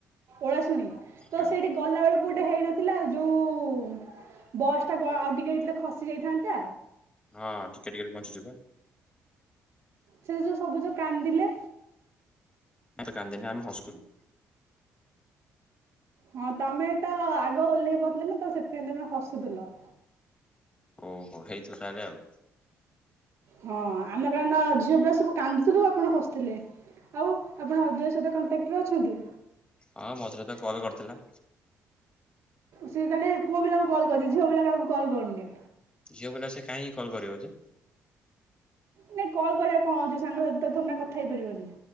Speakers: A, on the right; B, on the left.
A: ଓଳାଶୁଣି ତ
B: କେନ୍ଦ୍ରା
A: ସେଇଠି ଗଲା ବେଳକୁ ଗୋଟେ ହେଇନଥିଲା ଯୋଉ। ବସ୍ ଟା ଗ ଆଉ ଟିକେ ହେଇଥିଲେ ଖସି ଯାଇଥାନ୍ତା।
B: ହଁ ଟିକେ ଟିକେ ରେ ବଞ୍ଚିଛୁ ବା।
A: ସେଠୀ ଯୋଉ ସବୁ ଯୋଉ କାନ୍ଦିଲେ।
B: ମୁଁ ତ କାନ୍ଦିନି ଆମେ ହସୁଥିଲୁ।
A: ହଁ ତମେ ତ ଆଗ ଓହ୍ଲେଇ ପାଡିଥିଲ ନା ତ ସେଥିପାଇଁ ତମେ ହସୁଥିଲ।
B: ଓହୋ ହେଇଥିବ ତା ହଲେ ଆଉ।
A: ହଁ ଆମେ କାରଣ ଝିଅ ପିଲା ସବୁ କାନ୍ଦୁଥିଲୁ ଆପଣ ହସିଥିଲେ। ଆଉ ଆପଣ ଅଜୟ ସହିତ କଣ୍ଟାକ୍ଟରେ ଅଛନ୍ତି।
B: ହଁ ମଝିରେ ତ କଲ କରିଥିଲା।
A: ସେ ତାହେଲେ ପୁଅ ପିଲାଙ୍କୁ କଲ୍ କରୁଚି। ଝିଅ ପିଲା କାହାକୁ କଲ୍ କରୁନି।
B: ଝିଅ ପିଲା କୁ ସେ କାହିଁକି କଲ କରିବ ଯେ?
A: ନାଇଁ କଲ୍ କରିବା କଣ ଅଛି ସାଙ୍ଗ ସାଥି ତ ଥୋଡି ନା କଥା ହେଇପାରିବନି।